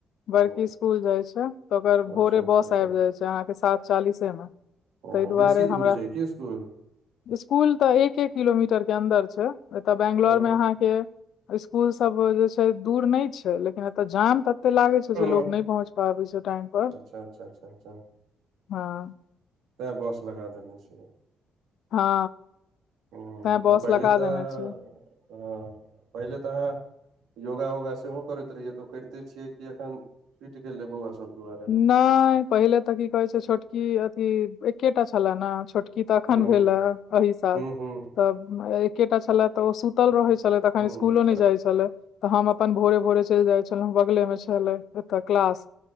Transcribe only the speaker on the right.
ओ
अच्छा अच्छा
अच्छा
ओ
बेसी
दूर छै की स्कुल
ओ
ओ
अच्छा अच्छा अच्छा।
तै बस लगा देने छै
पहिल
तऽ
ह पहिले तऽ योगा वोगा सेहो करैत रहियै तऽ करिते छियै कि एखन फुटि गेलै योआ सभ दुआरे
हूँ
हूँ हूँ
हूँ